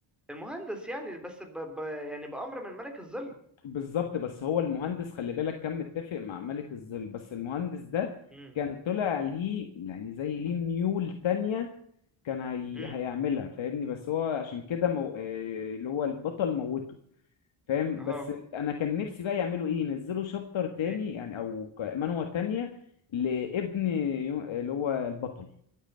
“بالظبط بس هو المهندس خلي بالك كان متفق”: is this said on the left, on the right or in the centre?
Left